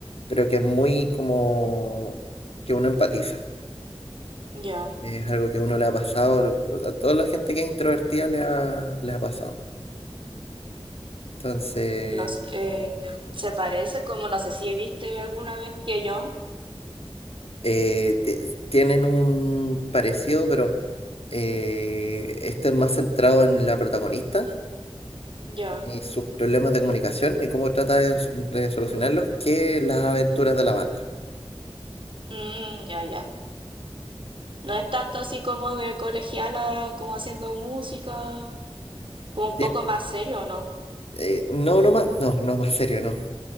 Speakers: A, on the left; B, on the right.
A: pero que es muy como que uno empatiza.
B: ya.
A: Es algo que uno le ha pasado, a toda la gente que es introvertida le ha, le ha pasado. Entonces...
B: Los, eh, se parece como no sé si viste alguna vez que John.
A: eh, te- tienen un parecido, pero eh, este es más centrado en la protagonista
B: Ya,
A: y sus problemas de comunicación y cómo trata de, so- de solucionarlos que las aventuras de la banda.
B: Mm, ya, ya. No es tanto así como de colegiala, como haciendo música, como un
A: Tien-
B: poco más serio, ¿no?
A: eh, no, no más, no, no más serio, no.